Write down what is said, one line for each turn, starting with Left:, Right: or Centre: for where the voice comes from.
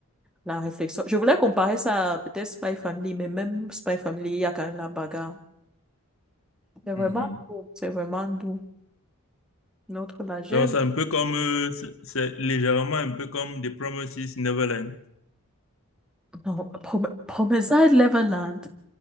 Centre: la réflexion. Je voulais comparer ça à peut-être Spy Family, mais même Spy Family, il y a quand même la bagarre. C'est vraiment
Left: Mhm.
Centre: doux. C'est vraiment doux. Notre, là, j'aime.
Left: Donc, c'est un peu comme, euh, c'est c'est légèrement un peu comme The Promises Neverland.
Centre: Non, Prom Promessa et Neverland.